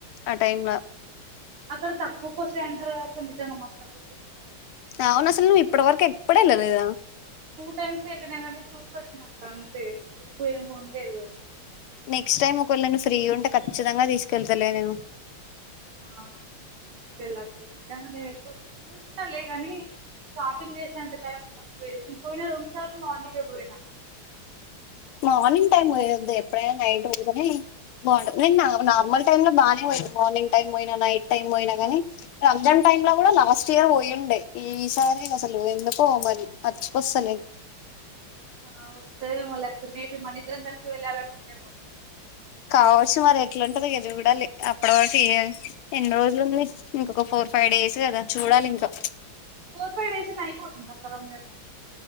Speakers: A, on the left; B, on the right.
A: ఆ టైంలా
B: అక్కడ తక్కువ కొస్తాయి అంటారు కదక్క నిజంగా మస్తు తక్కువకొస్తాయా
A: అవును అసలు నువ్వు ఇప్పటి వరకు ఎప్పుడెల్లలేదా
B: టూ టైమ్స్ వెళ్ళినా కాగానీ చూసి వచ్చినాక్క అన్ టే ఎక్కువ ఏం కొనలేదు
A: నెక్స్ట్ టైమ్ ఒకేళ నేను ఫ్రీ ఉంటే ఖచ్చితంగా తీసుకెళ్తాలే నేను
B: ఆ తెస్కెలక్క నిజంగా నేను ఎప్పుడు చూసినా లే ని షాపింగ్ చేస్త ఎంత టైం ఉండకపోయి నేను పోయినా రెండు సార్లు మార్నింగే పోయినా
A: మార్నింగ్ టైం పోయద్ది ఎప్పుడైనా నైట్ పోదుని బాగుంటది నా నార్మల్ టైమ్ లో బాగానే పోయిదు మార్నింగ్ టైం పోయినా నైట్ టైం పోయినా కాని రంజాన్ టైమ్ లో కూడా లాస్ట్ ఇయర్ పోయిండే ఈ సారి అసలు ఎందుకో మరి మర్చికోస్తలేదు
B: ఆ వస్తాదేమోలే ఇ మేబీ మననిద్దరం కలిసి వెళ్ళాలని ఉందేమో
A: కావచ్చు మరి ఎట్లాంటది ఇ చూడాలి అప్పటి వరకు ఎన్ని రోజులు ఉంది ఇంకొక ఫోర్ ఫైవ్ డేస్ కదా చూడాలి ఇంకా
B: ఫోర్ ఫైవ్ డేస్ని అయిపోతుంది అక్క రమజాన్